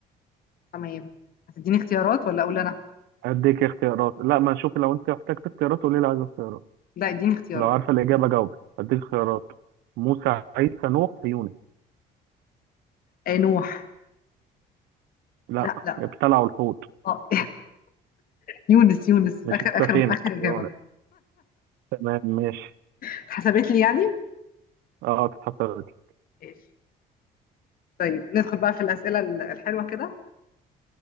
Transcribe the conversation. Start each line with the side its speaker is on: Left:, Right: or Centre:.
Left: تمام هتديني اختيارات ولا اقول انا
Right: اديك اختيارات لا ما شوفي لو انت احتجت اختيارات قولي لي عايز اختيارات
Left: لا اديني اختيارات
Right: لو عارفه الاجابه جاوبي اديك اختيارات موسى عيسى نوح يونس
Left: آه نوح
Right: لا
Left: لا لا
Right: ابتلعوا الحوت
Left: اه يونس يونس
Right: مش
Left: اخر
Right: السفينة
Left: اخر اخر اجابه
Right: يونس تمام ماشي
Left: اتحسبت لي يعني
Right: اه اتحسبت لي.
Left: ماشي طيب ندخل بقى في الاسئله ال- الحلوه كده